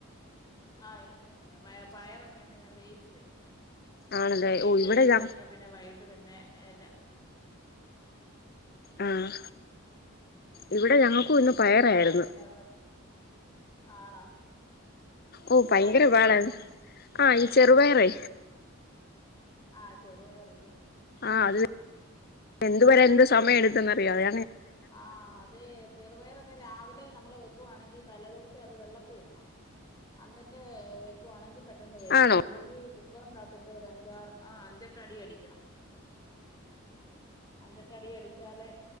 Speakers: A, on the left; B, on the left.
A: ആഹ എളുപ്പമുണ്ട് പയറൊക്കെയ ആണങ്കിൽ ഞാൻ വേയിച്ച് വെക്കും
B: ആണല്ലേ
A: വേയിച്ച്
B: ഓ ഇവിടെ
A: വെച്ച
B: ഞ
A: കഴിഞ്ഞാ പിന്നെ വൈകട്ട് പിന്നെ രാ-
B: ആഹ ഇവിടെ എടെ ഞങ്ങക്കും ഇന്ന് പയറായിരുന്നു
A: രാവിലെ പിന്നെ അത് ആണോ
B: ഓ ഭയങ്കരപാടാണ്
A: തോരൻ വെച്ചോ
B: ആഹ ഈ ചെറുപയറേ
A: ആഹ് ചെറുപയറല്ലേ
B: ആഹ അത് എന്ത് വരെ എന്ത് സമയം എടുതന്ന്റിയാതെ
A: ആഹ അതെ ചെറുപയർക്കെ രാവിലെ നമ്മള് വെക്ക്- വെക്കുവാണെങ്കിൽ തലേദിവസേ അത് വെള്ളത്തിൽ ഇടണം അന്നിട്ടു വെക്കുവാണെങ്കിൽ പെട്ടെന്ന് വേകും
B: ആണോ
A: ഇല്ലെങ്കിൽ കുക്കറിനകത്തിട്ട് അഞ്ചാറു അഞ്ചേട്ടു അടി അടിക്കണം അഞ്ചട്ടടി അടിച്ചാലെ